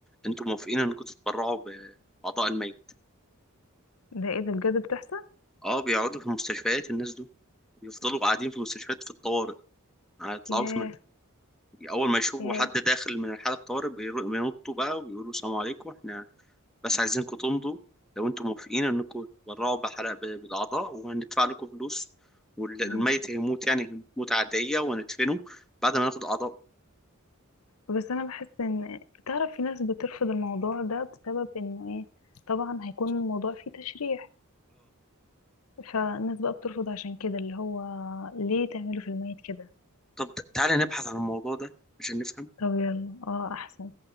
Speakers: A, in the centre; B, on the left.
A: انتوا موافقين انكم تتبرعوا باعضاء الميت
B: ده ايه ده بجد بتحصل؟
A: اه بيقعدوا في المستشفيات الناس دول بيفضلوا قاعدين في المستشفيات في الطوارئ ما يطلعوش
B: ياه
A: من اول ما يشوفوا
B: ياه
A: حد داخل من حالة طوارئ بيرو- بينطوا بقى ويقولوا السلام عليكم احنا بس عايزينكم تمضوا لو انتم موافقين انكم تتبرعوا بحلقة بالاعضاء وهندفع لكم فلوس والميت
B: امم.
A: هيموت يعني هيموت موتة عادية وهندفنه بعد ما ناخد اعضاء
B: بس انا بحس ان تعرف في ناس بترفض الموضوع ده بسبب انه ايه طبعا هيكون الموضوع فيه تشريح فالناس بقى بترفض عشان كده اللي هو ليه تعملوا في الميت كده
A: طب ت- تعالى نبحث عن الموضوع ده عشان نفهم
B: طب يلا اه احسن